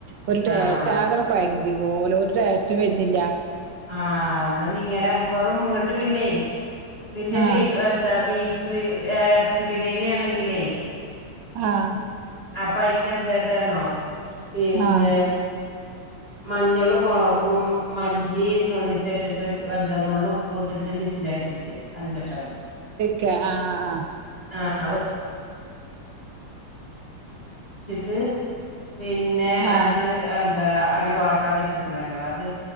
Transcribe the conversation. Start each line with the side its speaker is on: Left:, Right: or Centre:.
Right: ഒരു ടെസ്റ്റ്‌
Left: ആഹ്
Right: ആക്കഡ് കോയ പോലെ ഒരു ടേയ്സ്റ്റും വരുനി ല്ല
Left: ആഹ് ന്ന ഇങ്ങനെ വെറും ഇങ്ങട്ട് പിന്നെ പിന്നെ
Right: ആഹ്
Left: ബീ എന്താ ബീഫ് ബി എറച്ചി ബിരിയാണി ആണെങ്കിലേ
Right: ആഹ്
Left: അപ്പ അയ്ക്കേന്ത ട്ടാ ന്നോ പിന്നെ
Right: ആഹ്
Left: മഞ്ഞളും മോളകും മല്ല് ല്ലി നുള്ളിച്ചിട്ടിട്ട് എന്താ നുള്ള് ഉപ്പും ഇട്ടിട്ട് വിസിലടിപ്പിച്ച് അഞ്ചെട്ടണ്ണം
Right: ക്ക ആ ആ ആ
Left: ആ അപ്പ ച്ചിട്ട് പിന്നെ
Right: ആഹ്
Left: അത് എന്താ അനെ വാട്ടാൻ വെച്ചക്കണല്ലോ അത്